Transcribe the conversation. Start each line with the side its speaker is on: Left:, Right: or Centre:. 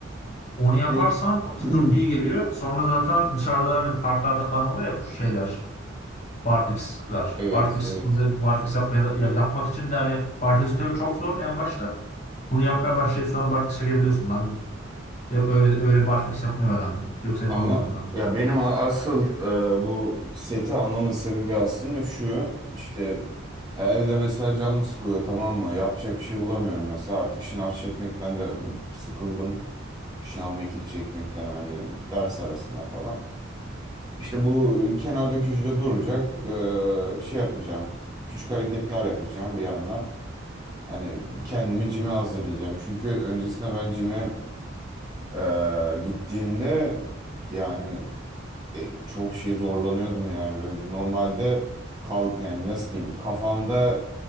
Left: Onu yaparsan
Right: bir
Left: o size
Right: <clears throat>
Left: çok iyi geliyor. Sonra zaten dışarıda hani parklarda falan oluyor ya bu şeyler. Barfix'ler.
Right: Evet,
Left: Barfix,
Right: evet.
Left: barfix yapmaya, da- ya yapmak için de hani barfix çok, çok zor en başta. Bunu yapmaya başlayıp sonra barfix çekebiliyorsun. Ben de öyle, öyle barfix yapmayı öğrendim. Yoksa yapamıyordum
Right: Ama
Left: ben.
Right: ya benim a- asıl e, bu seti almamın sebebi aslında şu işte ya evde mesela canım sıkılıyor tamam mı? Yapacak bir şey bulamıyorum mesela artık şınav çekmekten de bu, sıkıldım. Şınav mekik çekmekten hani ders arasında falan. İşte bu kenarda köşede duracak e, şey yapacağım. Küçük hareketler yapacağım bir yandan. Hani kendimi cime hazırlayacağım. Çünkü öncesinde ben cime e, gittiğimde yani e, çok şey zorlanıyordum yani. Böyle normalde kal yani nasıl diyeyim kafamda